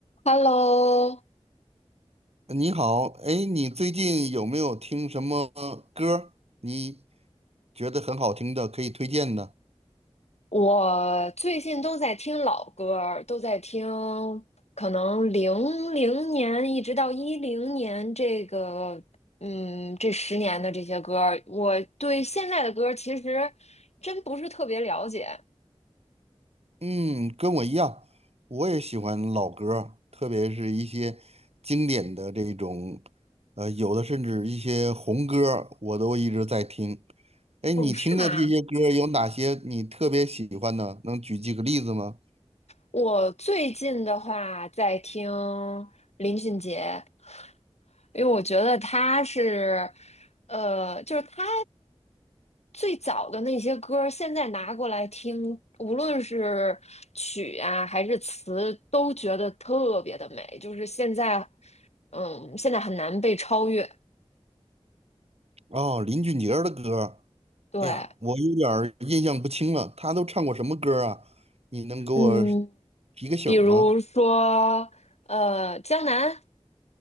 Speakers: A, on the left; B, on the right.
A: Hello，
B: 你好，哎，你最近有没有听什么歌儿你觉得很好听的，可以推荐的？
A: 我最近都在听老歌儿，都在听可能零零年一直到一零年这个，嗯，这十年的这些歌儿，我对现在的歌儿其实真不是特别了解。
B: 嗯，跟我一样，我也喜欢老歌儿特别是一些经典的这种，呃，有的甚至一些红歌儿我都一直在听。哎，
A: 哦，
B: 你听的这些歌儿有哪些你特别喜欢的，
A: 是吗？
B: 能举几个例子吗？
A: 我最近的话在听林俊杰，因为我觉得他是，呃，就是他最早的那些歌儿现在拿过来听，无论是曲啊还是词，都觉得特别的美。就是现在，嗯，现在很难被超越。
B: 哦，林俊杰儿的歌儿
A: 对，
B: 哎呀，我有点儿印象不清了，他都唱过什么歌啊？你能给我
A: 嗯，
B: 提个醒儿吗？
A: 比如说，呃，江南，